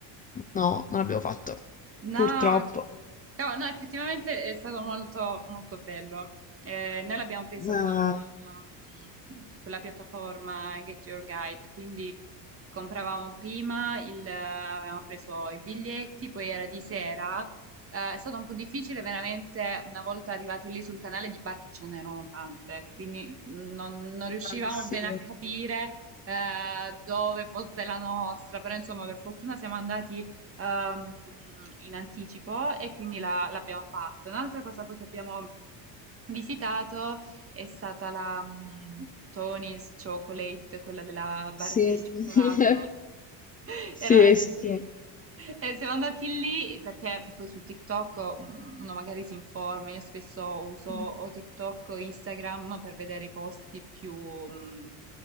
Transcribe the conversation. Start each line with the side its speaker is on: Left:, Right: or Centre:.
Left: no, non l'abbiamo fatto,
Right: No,
Left: purtroppo.
Right: ma- cavolo, no, effettivamente è stato molto, molto bello. Eh, noi l'abbiamo preso
Left: Ah,
Right: con um, quella piattaforma Get Your Guide, quindi compravamo prima, il, eh, avevamo preso i biglietti, poi era di sera. Eh, è stato un po' difficile veramente una volta arrivati lì sul canale di barche ce n'erano tante, quindi non, non riuscivamo
Left: ah, sì.
Right: bene a capire eh, dove fosse la nostra, però insomma per fortuna siamo andati ehm, in anticipo e quindi la- l'abbiamo fatto. Un'altra cosa poi che abbiamo visitato è stata la mm, Tony's Chocolate, quella della barretta
Left: Sì.
Right: di Sì, cioccolato.
Left: <laughs>
Right: Era...
Left: Sì, sì, sì.
Right: Eh, siamo andati lì perché poi su TikTok um, uno magari si informa, io spesso uso o
Left: Un
Right: TikTok o Instagram per vedere i posti più, um,